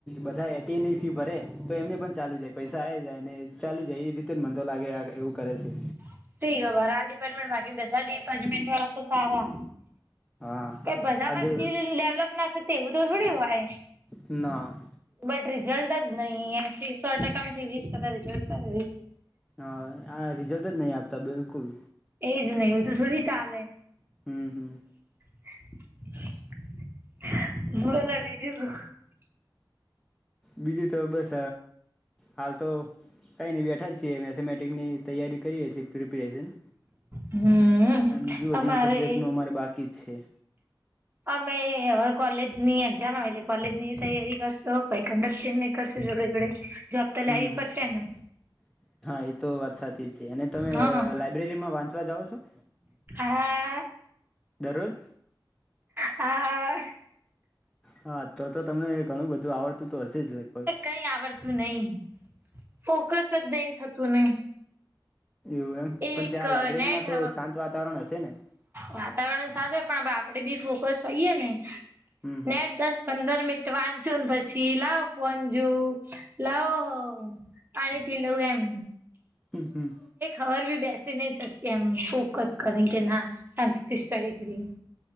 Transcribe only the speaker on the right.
<unintelligible>
બળા તો સારા
કઈ બધા
માં સ્કીલ એલું ડેવલપ ના થતી હોય તો થોડી હોય
બટ રિઝલ્ટ નહી એથી સો ટકામાં વીસ ટકા રિઝર્તાસ
એજ ને હ તો થોડી ચાલ હ
<unintelligible>
હમ
અમારે
અમે હવે કોલેજની એક્ઝામ આવે કોલેજની તૈયારી કરશો કંક કરશો જોડે જોડે જોબ તો લાવવી
પડશે ને
હા
આ
આ
કઈ આવડતું નહી ફોકસ જ નહી થતું નને.
એક
નેઠ
વાતાવરણ સાથે પણ આપડે બી ફોકસ સહી એને.
ને દસ પંદર મિનિટ વાંધ પછી લાવ પંજું લાવ પાણી પી લઉ એમ.
ભી બેસી નહી શકતીમ ફોકસ કરે કે ના શાંત સ્ટડી કરીએ.